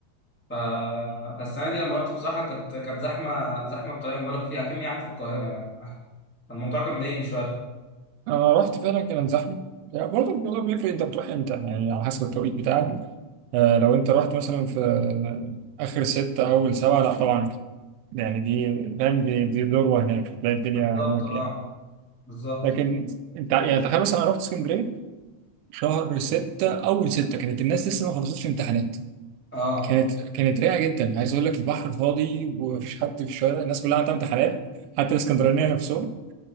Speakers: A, in the centre; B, on the right (about 85°).
A: ف... فالسنه دي لما رحت بصراحه كانت كانت زحمه زحمه بطريقه مبالغ فيها كأني قاعد في القاهره يعني آه، فالموضوع كان مضايقني شويه
B: آه، أنا رحت فعلا كان زحمة يعني برضه الموضوع بيفرق أنت بتروح إمتى يعني على حسب التوقيت بتاعك آه لو أنت رحت مثلا في آه، آخر ستة أول سبعة لا طبعا يعني دي فاهم دي دي ذروة هناك هتلاقي الدنيا
A: بالظبط
B: موت
A: اه
B: يعني
A: بالظبط
B: لكن انت يعني تخيل مثلا انا رحت اسكندريه شهر ستة اول ستة كانت الناس لسه ما خلصتش امتحانات
A: اه
B: كانت كانت رايقه جدا عايز اقول لك البحر فاضي ومفيش حد في الشوارع الناس كلها عندها امتحانات حتى الاسكندرانيه نفسهم